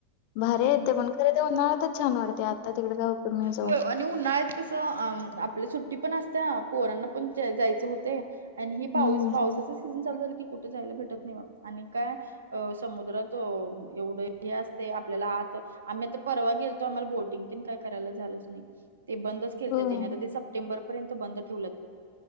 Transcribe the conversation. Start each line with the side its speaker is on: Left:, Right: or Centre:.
Left: भारी
Right: हम्म.
Left: आहे ते पण खरे ते उन्हाळ्यातचं छान वाटते आता तिकडे काय उपयोग नाही जाऊन.
Right: होय आणि उन्हाळ्यातं कसं अ आपल्या सुट्टी पण असत्या पोरांना पण जायचं होतय आणि हे पाऊस
Left: हम्म
Right: पावसाचं सीझन चालू झालं की कुठे जायला भेटत नाही बाबा. आणि काय अह समुद्रात अह एवढं हे असते आप आपल्याला आत आम्ही आता परवा गेलतो, आम्हाला बोटिंग बीटिंग काय करायला झालंच नाही. ते बंदच केलत
Left: होय
Right: त्यानी आता ते सप्टेंबर पर्यंत बंद ठेवलय